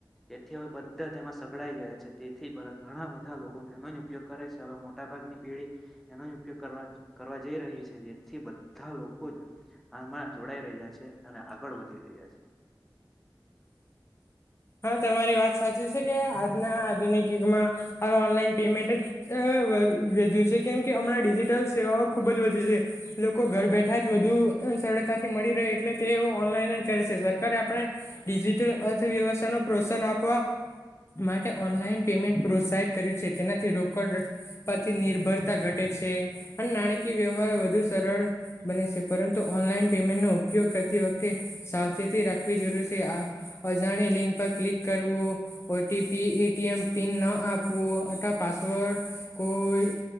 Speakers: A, in the centre; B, on the left.
A: એથી હવે બધા તેમાં સકડાઈ ગયા છે. તેથી ઘણાં બધાં લોકો તેનો જ ઉપયોગ કરે છે. મોટા ભાગની પેઢી એનો જ ઉપયોગ કરવા કરવા જઈ રહી છે જેથી બધા લોકો જ આમાં જોડાઈ રહ્યા છે અને આગળ વધી રહ્યા છે.
B: <inaudible> હા, તમારી વાત સાચી છેકે આજના આધુનિક યુગમાં આ ઓનલાઈન પેમેન્ટ જ અ વધ્યું છે. કેમ કે હમણાં ડિજિટલ સેવાઓ ખુબ જ વધી છે. લોકો ઘર બેઠા જ વધુ સરળતાથી મળી રહે એટલે તે ઓનલાઈન કરે છે સરકારે આપણા ડિજિટલ અર્થવ્યવસ નો પ્રોત્સાહન આપવા માટે ઓનલાઈન પેમેન્ટ પ્રોત્સાહિત કર્યું છે. તેનાથી રોકડ પરથી નિર્ભરતા ઘટે નાણાકીય વ્યવહાર વધુ સરળ બને છે. પરંતુ ઓનલાઈન પેમેન્ટનો ઉપયોગ વખતે સાવચેતી રાખવી જરૂર છે આ અજાણી લિંક પર ક્લિક કરવું ઓટીપી, એટીએમ પિન ન આપવું અથવા પાસવર્ડ કોઈ